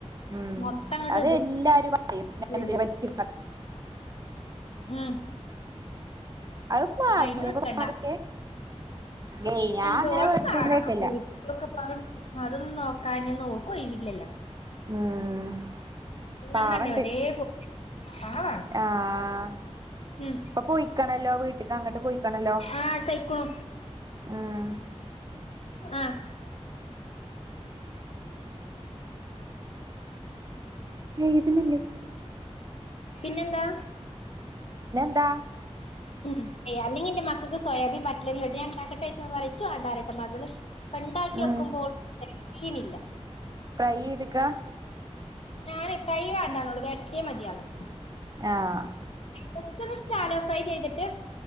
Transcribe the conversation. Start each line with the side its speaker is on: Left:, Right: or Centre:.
Right: ഉം
Left: മൊത്തം അങ്ങട്ട്
Right: അതെല്ലാരും
Left: ഇത്
Right: പറയും ഞാൻ
Left: ഉള്ളി
Right: ഇതിനെ പറ്റി പറ
Left: ഉം
Right: അത് പാടല്ലേ
Left: അപ്പൊ അയിന് നിക്കണ്ട
Right: അപ്പോ പാടക്കെ ഏയ് ഞാൻ
Left: എന്തോരത്ത്
Right: അങ്ങനെ പേടിച്ചൊന്നും
Left: പാടൊക്കെ
Right: നിക്കേല്ല
Left: പോയി ഇപ്പോഴൊക്കെ അതൊന്നും നോക്കാനൊന്നും ഓക്ക് <unintelligible> ല്ലോ
Right: ഉം
Left: മൂന്നെണ്ണല്ലേ
Right: പാവണ്ട്
Left: ഒരേ പോലെ പാവാണ്
Right: ആഹ്
Left: ഉം
Right: ഇപ്പോ പോയിക്കണല്ലോ വീട്ടക്ക് അങ്ങട്ട് പോയിക്കണല്ലോ
Left: ആഹ് പൊയ്ക്കുണു
Right: ആഹ്‌
Left: ആഹ്
Right: എഴുതുന്നില്ലേ
Left: പിന്നെന്താ
Right: ന്താ
Left: ഉം ഏയ് അല്ലെങ്കി എന്റെ മക്കക്ക് സോയാബീൻ ബട്ടല് ഇട്ട് ഞാ ഇണ്ടാക്കട്ടെ ഇച്ചോ പറയും ഇച്ച് വേണ്ടരട്ട് മകള് പ്പ്ണ്ടാക്കി
Right: ഉം
Left: വെക്കുമ്പോൾ <unintelligible> ണില്ലാ
Right: ഫ്രൈ ചെത്ക്കാ
Left: ഞാന് ഫ്രൈ കണ്ടന്നള്ളു വെരട്ടിയാ മതിയാകും
Right: ആഹ്
Left: ജസ്റ്റ്‌ ഒന്ന് ഷലോ ഫ്രൈ ചെയ്തിട്ട്